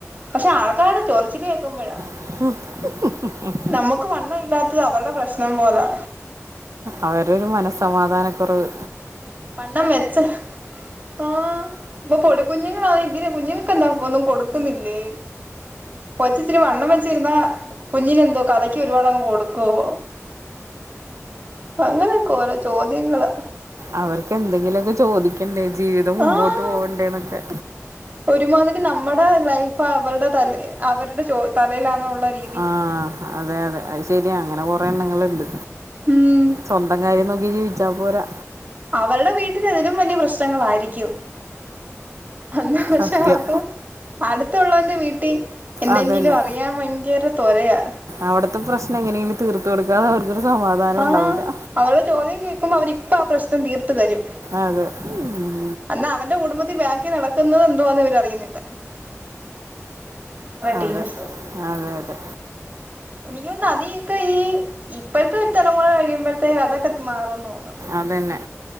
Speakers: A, on the right; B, on the right.
A: പക്ഷെ ആൾക്കരെ ചൊറിച്ചില് കേക്കുമ്പൊഴ.
B: <inaudible>
A: നമക്ക് വണ്ണം ഇല്ലാത്തത് അവർടെ പ്രശ്നം പോലൊ.
B: അവര് ഒരു മനസ്സമാധാനക്കൊറവ്.
A: വണ്ണം വെച്ച് ആഹ് ഇപ്പോ പൊടിക്കുഞ്ഞുങ്ങളാ ഇതിന് കുഞ്ഞുങ്ങക്കെന്താ ഒന്നും കൊടുക്കുന്നില്ലേ? കൊച്ചിത്തിരി വണ്ണം വെച്ചിരുന്നാ കുഞ്ഞിന് എന്തോ കലക്കി ഒരുപാടങ്ങ് കൊടുക്കുവോ? അങ്ങനെയൊക്കെ ഓരോ ചോദ്യങ്ങളാ.
B: അവർക്ക് എന്തെങ്കിലുവൊക്കെ ചോദിക്കണ്ടേ ജീവിതം മുമ്പോട്ട്
A: ആഹ്
B: പോവണ്ടേന്നൊക്കെ
A: ഒരുമാതിരി നമ്മടെ ലൈഫ് അവരുടെ തലേ അവരുടെ ചോദ്യ തലേലാന്നൊള്ള രീ
B: ആഹ് അതെ അതെ <unintelligible> ശരിയാ അങ്ങനെ കൊറേ എണ്ണങ്ങളിണ്ട്
A: ഉം
B: സ്വന്തം കാര്യം നോക്കി ജീവിച്ചാ പോരാ
A: അവർടെ വീട്ടില് ഇതിലും വലിയ പ്രശ്നങ്ങളാരിക്കും <unintelligible> പക്ഷേ
B: സത്യം
A: ആർക്കും അടുത്തുള്ളവന്റെ വീട്ടി എന്തെങ്കിലും
B: അതന്നെ
A: അറിയാൻ ഭയങ്കര തൊരയാ.
B: അവടത്തെ പ്രശ്നം എങ്ങനേലും തീർത്ത് കൊടുക്കാതെ അവർക്കൊരു സമാധാനം
A: ആഹ്
B: ഉണ്ടാവൂല്ലാ.
A: അവരുടെ ചോദ്യം കേൾക്കുമ്പോ അവരിപ്പം ആ പ്രശ്നം തീർത്തു തരും.
B: അതെ ഉം
A: അന്നാ അവന്റെ കുടുംബത്തി ബാക്കി നടക്കുന്നത് എന്തുവാന്ന് ഇവരരറിയുന്നില്ല. ടീംസ്
B: അതെ അതെ അതെ.
A: എനിക്കോന്നു അതിക്കെ ഈ ഇപ്പഴത്തെ ഒരു തലമുറ കഴിയുമ്പഴത്തേന് അതൊക്കെ മാറൂന്ന് തോന്ന്.
B: അതന്നെ